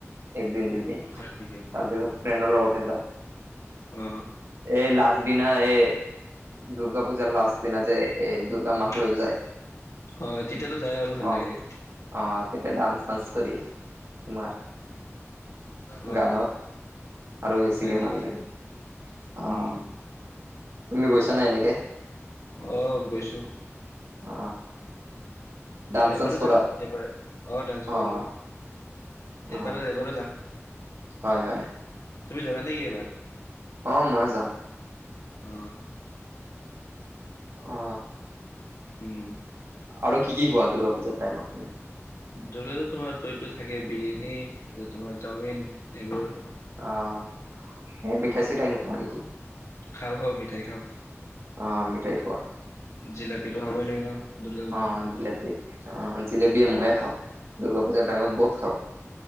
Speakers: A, on the right; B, on the left.
A: একদিন দুইদিন তাৰপিছত
B: হয় নেকি
A: ফ্ৰেণ্ডৰ লগতে যাওঁ।
B: অ
A: এই লাষ্ট দিনা এই দুৰ্গা পূজাৰ লাষ্ট দিনা যে এ দুৰ্গা মাক
B: উম
A: লৈ যায়
B: হ তেতিয়াতো যাই আৰু ভাল
A: অ
B: লাগে।
A: অ তেতিয়া ডান্স-চান্স কৰি তোমাৰ
B: অ অ
A: গানত আৰু বেছিকে
B: হয় নেকি
A: ভাল লাগে।
B: উম,
A: অ তুমি গৈছা নাই এনেকে?
B: অ গৈছো।
A: অ ডান্স
B: এ এবাৰো
A: চান্স কৰা
B: যাম এবাৰ অ ডান্স কৰো
A: অ',
B: ন
A: অ
B: এবাৰ এবাৰো যাম
A: হয় হয়
B: তুমি যাবা নেকি এইবাৰ?
A: অ ময়ে যাম
B: অ
A: অ
B: হম
A: আৰু কি কি খোৱা দুৰ্গা পূজা টাইমত তুমি?
B: দুৰ্গাটো তোমাৰটো এইটো থাকে বিৰিয়ানী, তোমাৰ চাওমিন এইবোৰ
A: অ হে মিঠাই-চিঠাই নোখোৱা নেকি?
B: খাওঁ খাওঁ মিঠাই খাওঁ।
A: অ মিঠাই খোৱা।
B: জিলাপিটো খাবই লাগে ন দুৰ্গা পূজাৰ
A: অ'জেলেপি
B: সময়ত।
A: অ জেলেপিও ময়ে খাওঁ। দূৰ্গা পূজা টাইমত বহুত খাওঁ।